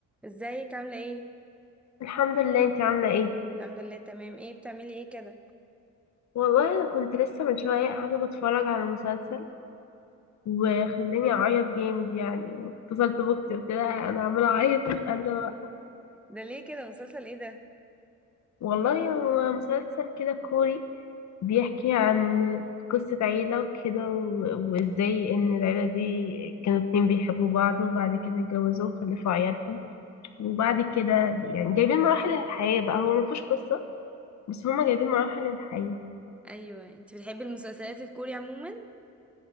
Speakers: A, in the centre; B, on the left.
A: ازيك عاملة ايه؟
B: الحمد لله انت عاملة ايه
A: الحمد لله تمام ايه بتعملي ايه كده؟
B: والله انا كنت لسه من شوية قاعدة بتفرج على مسلسل وخلاني اعيط جامد يعني واتصلت باختي قلت لها انا عمالة اعيط مش قادرة بقى.
A: ده ليه كده مسلسل ايه ده؟
B: والله هو مسلسل كده كوري بيحكي عن قصة عيلة وكده و- وازاي ان العيلة دي كانوا اتنين بيحبوا بعض وبعد كده اتجوزوا وخلفوا عيالهم وبعد كده يعني جايبين مراحل الحياة بقى هو مفيهوش قصة بس هما جايبين مراحل الحياة
A: ايوه انت بتحبي المسلسلات الكوري عموما؟